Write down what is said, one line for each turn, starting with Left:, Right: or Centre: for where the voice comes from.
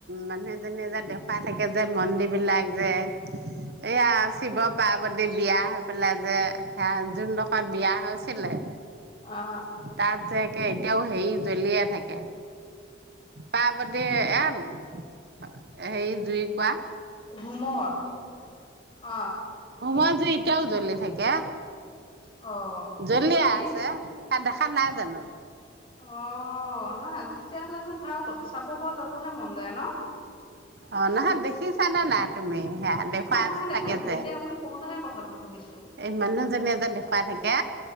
Right: মানুহ এজনীয়ে যে দেখুৱাই থাকে যে মন্দিৰ বিলাক যে এইয়া শিৱ পাৰ্বতী বিয়া হৈ পেলাই যে সেয়া যোনডোখৰত বিয়া হৈছিলে
Left: অ
Right: তাত যেকে এতিয়াও হেৰি জ্বলিয়ে থাকে পাৰ্বতি এ হে জুই কুৰা
Left: ভোমৰ অ
Right: সুমত যে এতিয়াও জ্বলি থাকে
Left: অ
Right: জলিয়ে
Left: হয় নেকি
Right: আছে তাত দেখা নাই জানো
Left: অ নহজ তেতিয়াহলেচোন ভাল কথা চাবগৈ যাবহে মন যায় ন
Right: অ নহয় দেখিছানে নাই তুমি সেয়া দেখুৱাই
Left: মই নাই দেখা
Right: থাকে
Left: কিন্তু
Right: যে
Left: এতিয়া আপুনি কওঁতহে কথাটো ভাবিছো
Right: এই মানুহজনীয়ে যে দেখুৱাই থাকে